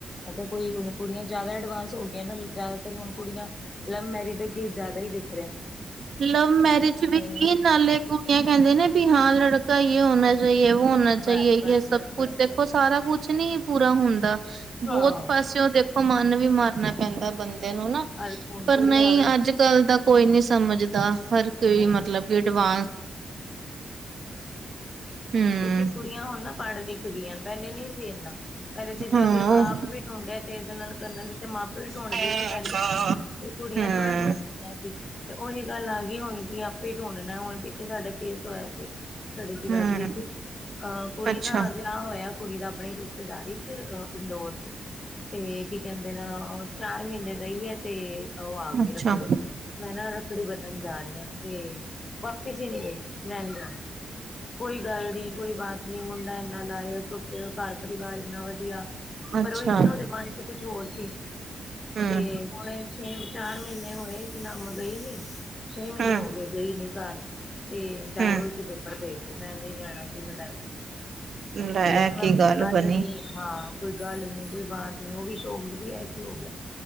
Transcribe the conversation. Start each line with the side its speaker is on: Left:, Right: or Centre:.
Left: ਮੈਂ ਕਿਹਾ ਕੋਈ ਉਹਨੂੰ। ਕੁੜੀਆਂ ਜ਼ਿਆਦਾ ਐਡਵਾਂਸ ਹੋ ਗਈਆਂ ਨਾ ਜ਼ਿਆਦਾਤਰ ਹੁਣ ਕੁੜੀਆਂ ਲਵ ਮੈਰਿਜ ਦਾ ਕੇਸ ਜ਼ਿਆਦਾ ਹੀ ਦਿਖ ਰਿਹਾ ਹੈ।
Right: ਲਵ ਮੈਰਿਜ ਵੀ ਕੀ
Left: ਨੀ
Right: ਨਾਲੇ ਕੁੜੀਆਂ ਕਹਿੰਦੇ ਨੇ ਵੀ ਹਾਂ ਲੜਕਾ ਇਹ ਹੋਣਾ ਚਾਹੀਏ। ਹੋਣਾ ਚਾਹੀਏ
Left: ਬਸ
Right: ਯੇ
Left: ਬਸ
Right: ਸਭ
Left: ਬਸ
Right: ਕੁਛ
Left: ਬਸ
Right: ਦੇਖੋ
Left: ਬਸ।
Right: ਸਾਰਾ ਕੁਛ ਨੀ ਪੂਰਾ ਹੁੰਦਾ ਬੋਤ
Left: ਹਾਂ
Right: ਪਾਸਿਓ ਦੇਖ ਮਨ ਵੀ ਮਾਰਨਾ ਪੈਂਦਾ ਬੰਦੇ ਨੂੰ, ਨਾ।
Left: ਹਰ ਹੁਣ
Right: ਪਰ
Left: ਕੁੜੀ
Right: ਨਈਂ,
Left: ਹਰ
Right: ਅੱਜ ਕੱਲ ਦਾ ਕੋਈ ਨੀ ਸਮਝਦਾ ਹਰ ਕੋਈ,
Left: ਨਹੀਂ
Right: ਮਤਲਬ ਕਿ ਅਡਵਾ ਹੂੰ,
Left: ਕਿਉਂਕਿ, ਕੁੜੀਆਂ ਹੁਣ ਨਾ, ਪੜ੍ਹ ਲਿਖ ਗੀਆਂ, ਪਹਿਲੇ ਨੀ ਸੀ ਇਨਾ ਪਹਿਲੇ ਤੇ, ਜੇ
Right: ਹਾਂ।
Left: ਅਗਰ ਆਪ
Right: ਹੂੰ, ਹੂੰ,
Left: ਵੀ ਦ ਤੇ ਏਦੇ ਨਾਲ ਕਨਨ ਤੇ ਮਾਪੇ ਵੀ ਟੂੰਡਦੇ
Right: ਅੱਛਾ,
Left: ਸੀ ਪਹਿਲੇ। ਤੇ, ਕੁੜੀਆਂ
Right: ਹੂੰ,
Left: ਥੋੜਾ ਦੀਆਂ ਸੀ ਤੇ ਉਹੀ ਗੱਲ ਆ ਗੀ, ਹੁਣ ਕਿ ਆਪੇ ਟੁੰਡਣਾ ਹੁਣ, ਪਿੱਛੇ ਸਾਡੇ ਕੇਸ ਹੋਇਆ ਸੀ, ਸਾਡੇ ਜਗਾਧਰੀ
Right: ਹੂੰ,
Left: ਚ। ਅਹ, ਕੁੜੀ
Right: ਅੱਛਾ।
Left: ਨਾ ਵਿਆਹ ਹੋਇਆ ਕੁੜੀ ਦਾ ਆਪਣੇ ਰਿਸ਼ਤੇਦਾਰੀ ਚ, ਅ ਇੰਦੋਰ ਚ। ਤੇ ਕੀ ਕਹਿੰਦੇ ਨ, ਚਾਰ ਮਹੀਨੇ ਰਹੀ ਹੈ ਤੇ ਓ ਆ ਗਈ,
Right: ਅੱਛਾ,
Left: ਰੱਖੜੀ। ਮੈਂ ਨਾ, ਰੱਖੜੀ ਬੰਨਣ ਜਾ ਰਹੀ ਹਾਂ, ਤੇ ਵਾਪਿਸ ਹੀ ਨੀ ਗਈ। ਮੈਂ ਨੀ ਜਾਣਾ। ਕੋਈ ਗੱਲ ਨੀ, ਕੋਈ ਬਾਤ ਨੀ ਮੁੰਡਾ ਇੰਨਾ ਲਾਇਕ, ਘਰ-ਪਰਿਵਾਰ ਇੰਨਾ ਵਥ ਇਆ, ਪਰ
Right: ਅੱਛਾ,
Left: ਉਹੀ ਸੀ ਨਾ, ਓਦੇ ਮਨ ਚ ਕੁਛ ਹੋਰ ਸੀ।
Right: ਹੂੰ,
Left: ਤੇ ਹੁਣੇ, ਛੇ-ਚਾਰ ਮਹੀਨੇ ਹੋਏ ਕਿ ਨਾਮ ਗਈ ਨੀ ਛੇ ਮਹੀਨੇ
Right: ਹੂੰ,
Left: ਹੋ ਗਏ, ਗਈ ਨੀ ਘਰ, ਤੇ ਇਕ ਡਾਈਵੋ
Right: ਹੂੰ।
Left: ਮੈਂ ਨੀ ਜਾਣਾ ਮੈਂ
Right: ਲੈ
Left: ਤੇ ਉਹਨਾਂ
Right: ਕੀ
Left: ਨੂੰ ਗੱਲ
Right: ਬਣੀ
Left: ਨੀ ਹਾਂ, ਕੋਈ ਗੱਲ ਨੀ, ਕੋਈ ਬਾਤ ਨੀ। ਓ ਵੀ ਚੋ ਵੀ, ਐ ਕਿ ਹੋ ਗਿਆ।